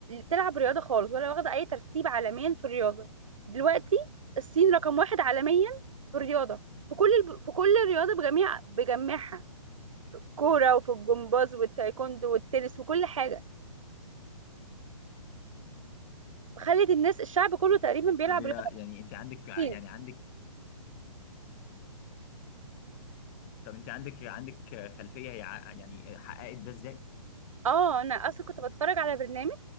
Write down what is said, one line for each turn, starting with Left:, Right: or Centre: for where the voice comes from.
Right: تلعب رياضه خالص ولا واخده اي ترتيب عالميا في الرياضه دلوقتي الصين رقم واحد عالميا في الرياضه في كل الب... في كل الرياضه بجميع بجميعها كوره وفي الجمباز والتايكوندو والتنس وكل حاجه خلت الناس الشعب كله تقريبا بيلعب
Left: طب هي
Right: رياضه
Left: يعني انت عندك يعني
Right: كتير
Left: عندك طب انت عندك عندك خلفيه هي ع- يعني حققت ده ازاي؟
Right: اه انا اصلا كنت بتفرج على برنامج